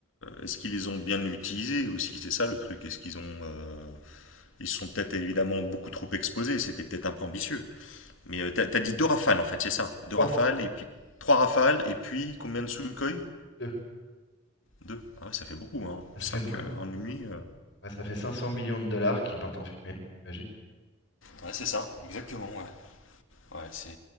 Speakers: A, on the left; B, on the left.
A: est-ce qu'ils les ont bien utilisés aussi? C'est ça le truc. Est-ce qu'ils ont, euh, ils se sont peut-être évidemment beaucoup trop exposés. C'était peut-être un peu ambitieux. Mais euh, t'as, t'as dit deux rafales en fait, c'est ça. Deux
B: 3,
A: rafales et puis trois rafales et puis combien de Sukhoi?
B: 2.
A: Deux. Ah ouais, ça fait beaucoup, hein.
B: Ah, Ça
A: Cinq
B: fait beaucoup.
A: euh, en une nuit. euh.
B: Bah, ça fait 500 millions de dollars qui partent en fumée, imagine.
A: Ouais, c'est ça, exactement, ouais. Ouais, c'est...